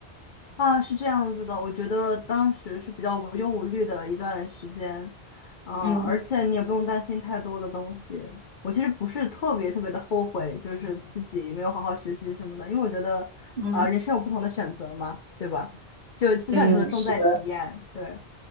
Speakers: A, on the left (about 55°); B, on the right (about 50°).
A: 啊，是这样子的，我觉得当时是比较无忧无虑的一段时间，呃，
B: <laughs> 嗯
A: 而且你也不用担心太多的东西。我其实不是特别特别的后悔，就是自己没有好好学习什么的，因为我觉得，
B: 嗯，
A: 啊、人生有不同的选择嘛，对吧？就就像你说的，
B: 嗯，
A: 重在体验，
B: 是的，
A: 对，